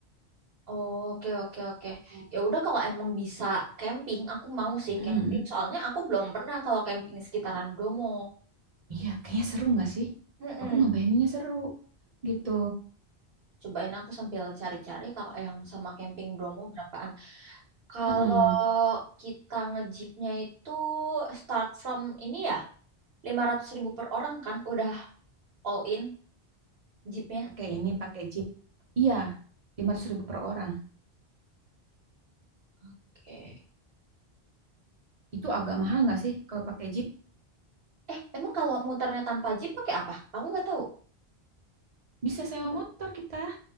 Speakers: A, on the right (about 65°); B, on the right (about 40°).
A: Oke oke oke.
B: Hmm.
A: Ya udah kalau emang bisa camping, aku mau sih
B: Mm-mm.
A: camping. Soalnya aku belum pernah kalau camping sekitaran Bromo.
B: iya kayaknya seru nggak sih
A: Mm-mm.
B: aku nggak bayanginnya seru gitu
A: Cobain aku sambil cari-cari kalau yang sama camping Bromo berapaan. Kalau
B: Mm-mm.
A: kita ngejipnya itu start from ini ya, lima ratus ribu per orang kan? Udah all in jeepnya.
B: pakai ini pakai jeep iya lima ratus ribu per orang
A: Oke.
B: itu agak mahal nggak sih kalau pakai jeep
A: Eh, emang kalau muternya tanpa jeep pakai apa? Aku nggak tahu.
B: Bisa sewa motor kita.